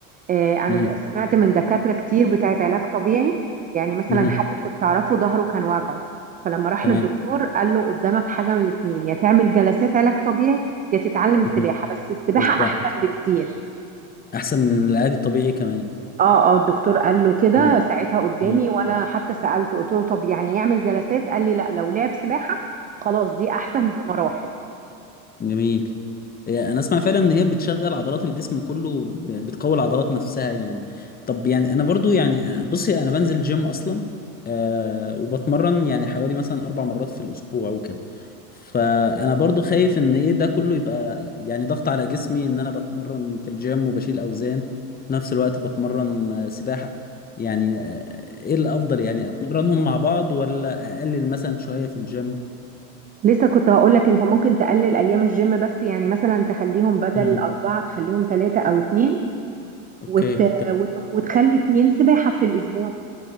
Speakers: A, on the right; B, on the left.
A: آه، انا
B: مهم.
A: سمعت من دكاترة كتير بتاعت علاج طبيعي يعني مثلا
B: مهم.
A: حد كنت اعرفه ظهره كان واجعه فلما راح
B: تمام
A: للدكتور قال له قدامك حاجة من الاتنين يا تعمل جلسات علاج طبيعي يا تتعلم السباحة
B: مهم.
A: بس السباحة
B: السباحة
A: احسن بكتير
B: احسن من العلاج الطبيعي كمان
A: اه اه الدكتور قال له كده
B: مهم.
A: ساعتها قدامي
B: مهم.
A: وانا حتى سألته قلت له طب يعني يعمل جلسات قال لي لا لو لعب سباحة خلاص دي احسن بمراحل
B: جميل هي انا اسمع فعلا ان هي بتشغل عضلات الجسم كله ب- بتقوي العضلات نفسها يعني طب يعني انا برضو يعني بصي انا بنزل جيم اصلا آه وبتمرن يعني حوالي مثلا اربع مرات في الاسبوع وكده فانا برضو خايف ان ايه ده كله يبقى يعني ضغط على جسمي ان انا بتمرن في الجيم وبشيل اوزان في نفس الوقت بتمرن آه، سباحة يعني آه، ايه الافضل يعني اتمرنهم مع بعض ولا اقلل مثلا شوية في الجيم
A: لسه كنت هقول لك انت ممكن تقلل ايام الجيم بس يعني مثلا تخليهم بدل
B: مم.
A: اربعة تخليهم ثلاثة او اتنين
B: اوكي
A: وت... وت... وتخلي اتنين سباحة في الأسبوع